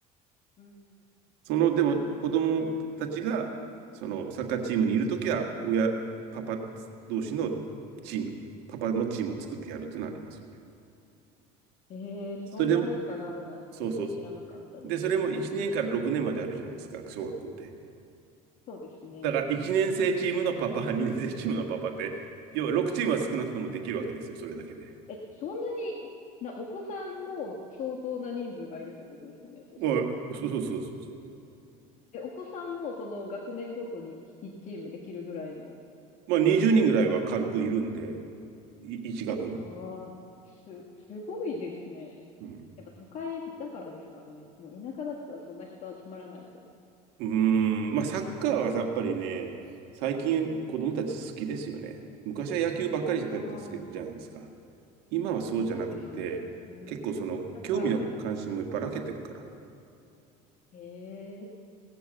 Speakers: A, on the left; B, on the right.
A: うん。
B: その、でも子供たちが、そのサッカーチームにいるときは、親、パパ同士のチーム、パパのチームを作ってやるっていうのはありますよね。
A: ええそんな文化があるなんて全然知らなかったです。
B: それでも、そうそう。で、それも1年から6年まであるじゃないですか、小学校って。
A: そうですね。
B: だから1年生チームのパパ、2年生チームのパパって、要は6チームは少なくともできるわけですよ、それだけで。
A: え、そんなに、な、お子さんも相当な人数がいるってことですよね、そしたら。
B: まあ、そうそうそうそう。
A: え、お子さんもその学年ごとに1チームできるぐらいの
B: まあ20人ぐらいは軽くいるんで、
A: 規模。
B: い1学年。
A: ああ、す、すごいですね。
B: うん
A: やっぱ都会だからですかね。もう田舎だったらそんな人集まらないと思う。
B: うーん、まあサッカーはやっぱりね、最近子供たち好きですよね。昔は野球ばっかりだったですけじゃないですか。
A: あ
B: 今はそうじゃなくて、
A: そうですね。うん。
B: 結構その興味の関心もばらけてるから。
A: なんか、ええ